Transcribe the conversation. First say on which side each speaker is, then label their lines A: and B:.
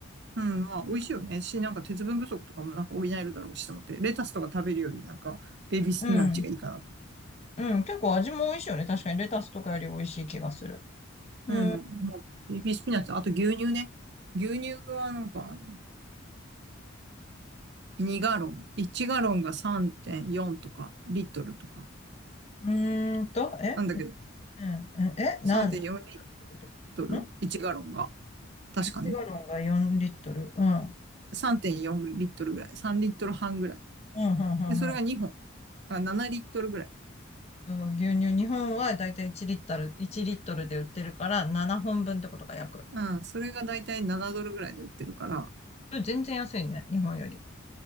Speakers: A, on the right; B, on the left.
A: うん。まあ美味しいよね。し、なんか鉄分不足とかもなんか補えるだろうしと思って、レタスとか食べるよりなんかベイビースピナッチがいいかなと。
B: うん。うん。結構味も美味しいよね。確かにレタスとかより美味しい気がする。うん。
A: うん。
B: う
A: まあベイビースピナッチ、あと牛乳ね。牛乳はなんか、2ガロン。1ガロンが3.4とか、リットルとか。
B: ーんと、え
A: なんだけど、
B: うん。え、なん、
A: 3.4リッ
B: 何リットルってこと
A: トル
B: ん
A: ?1 ガロンが。確かね。
B: エシガロンが4リットル。うん。うん、
A: 3.4リットルぐらい。3リットル半ぐらい。
B: うん、うん、うん。
A: で、それが2本。
B: うん
A: だから7リットルぐらい。
B: と、牛乳、日本はだいたい1リットル、1リットルで売ってるから7本分ってことか、約。
A: うん。それがだいたい7ドルぐらいで売ってるから、
B: これ全然安いね、日本より。